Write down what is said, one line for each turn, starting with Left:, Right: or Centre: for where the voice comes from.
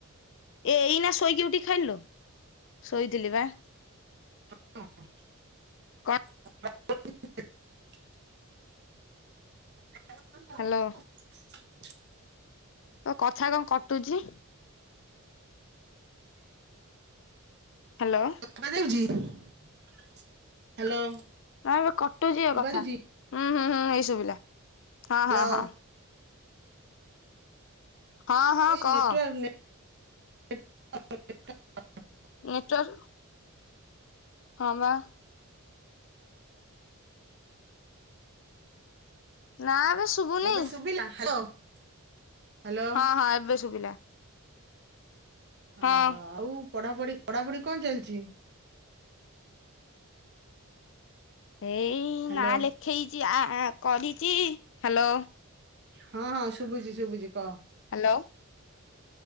Left: ଏଇନା ଶୋଇକି ଉଠି ଥେଲୁ ଶୋଇଥିଲୁ ଶୋଇଥିଲି ବା।
Right: <unintelligible>
Left: କଣ
Right: ହ <unintelligible>
Left: ହ୍ୟାଲୋ।
Right: <inaudible>
Left: କଥା କଣ କଟୁଛି? ହ୍ୟାଲୋ।
Right: କଣ ଚାଲିଛି ହ୍ୟାଲୋ।
Left: ନା ଏବେ କଟୁଛି ଏ
Right: ଶୁଭା
Left: କଥା
Right: ଯାଉଛି?
Left: ହୁଁ ହୁଁ ହୁଁ ହେଇ ସୁୁଭିଲା ହଁ
Right: ହ୍ୟାଲୋ।
Left: ହଁ ହଁ। ହଁ ହଁ
Right: ଏଇ
Left: କହ?
Right: ନେଟୱାର୍କ <inaudible>
Left: ନେଟୱାର୍କ ହଁ ବା। ନା ଏବେ ଶୁଭୁନି
Right: ଏବେ ଶୁଭିଲା? ହ୍ୟାଲୋ। ହ୍ୟାଲୋ
Left: ହଁ ହଁ ଏବେ ଶୁଭିଲା। ହଁ
Right: ଓହୋ ଆଉ ପଢାପଢି ପଢାପଢି କଣ ଚାଲିଚି?
Left: ଏଇ
Right: ହ୍ୟାଲୋ
Left: ନା ଲେଖେଇଚି ଆ କରିଚି ହ୍ୟାଲୋ।
Right: ହଁ ହଁ ଶୁଭୁଚି ଶୁବୁଚି କହ?
Left: ହ୍ୟାଲୋ।